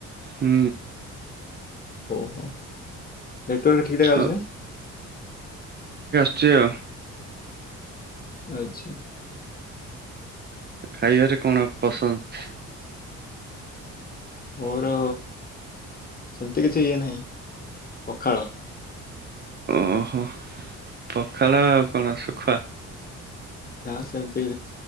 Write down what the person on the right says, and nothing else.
ହଁ।
ଅ,
ଜିଓ?
ଖାଇବାରେ କଣ ପସନ୍ଦ!
ଓହୋ ପଖାଳ ଆଉ କଣ ଶୁଖୁଆ।